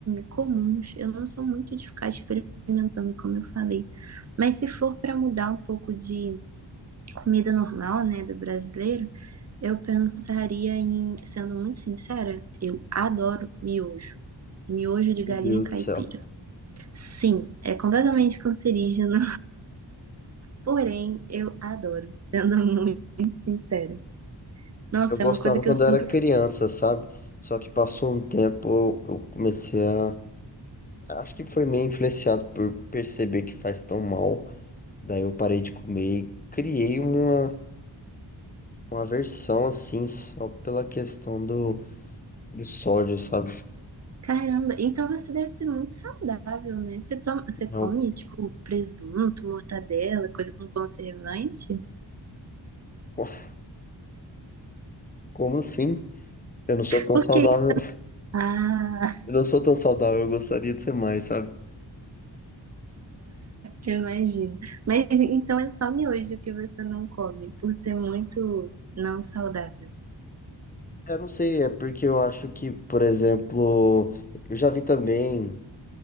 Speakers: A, on the right (about 35°); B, on the left (about 20°).
A: comuns. Eu não sou muito de ficar experimentando, como eu falei. Mas se for para mudar um pouco de comida normal, né, do brasileiro, eu pensaria em, sendo muito sincera, eu adoro miojo. Miojo de
B: Meu
A: galinha
B: Deus
A: caipira.
B: do céu.
A: Sim, é completamente cancerígeno. Porém, eu adoro, sendo <laughs> muito sincera. Nossa,
B: Eu gostava
A: é uma coisa que
B: quando
A: eu sinto.
B: eu era criança, sabe? Só que passou um tempo, eu comecei a. Acho que foi meio influenciado por perceber que faz tão mal. Daí eu parei de comer e criei uma uma aversão assim, só pela questão do, do sódio, sabe?
A: Caramba, então você deve ser muito saudável, né? Você toma, você
B: Eu-
A: come, tipo, presunto, mortadela, coisa com conservante?
B: co- como assim? Eu não sou tão
A: Porque
B: saudável.
A: <laughs> isso. Ah,
B: Eu não sou tão saudável, eu gostaria de ser mais, sabe?
A: eu imagino. Mas então é só miojo que você não come, por ser muito não saudável.
B: Eu não sei, é porque eu acho que, por exemplo, eu já vi também